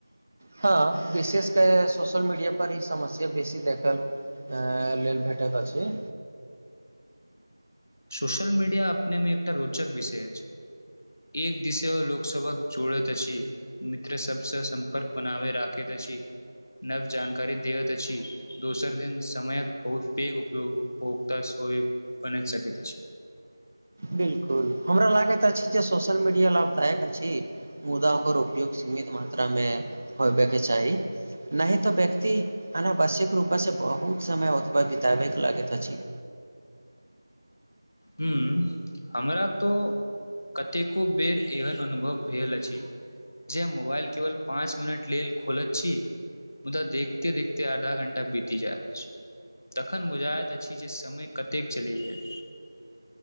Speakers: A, on the right; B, on the left.
A: हँ विशेष क सोशल मीडिय पर ई समस्या बेसी देखल लेल भेटैत अछि।
B: सोशल मीडिया अपने मे एकटा रोचक विषय अछि एक दिसे लोकसभक जोड़ैत अछिम मित्र सबसँ सम्पर्क बनाबे राखैत अछि नव जानकारी देैत अछि। दोसर दिन समयक बहुत पेघ उपभोग्तास बनैत सकैत त छी
A: बिलकुल हमरा लागैत अछि जे सोशल मीडिया लाभदायक अछि। मुदा ओकर उपयोग सीमित मात्रामे होबे के चाही नहि तऽ व्यक्ति अनावश्यक रूपे से बहुत समय ओतबा बितबेके लगैत अछि।
B: हँ हमरा तऽ कतेको बेर एहन अनुभव भेल अछि। जे मोबाइल केवल पाँच मिनट लेल खोलैत छी। मुदा देखते देखते आधा घण्टा बीति जाइत अछि तखन बुझाइत अछि। जे समय कतेक चलि गेल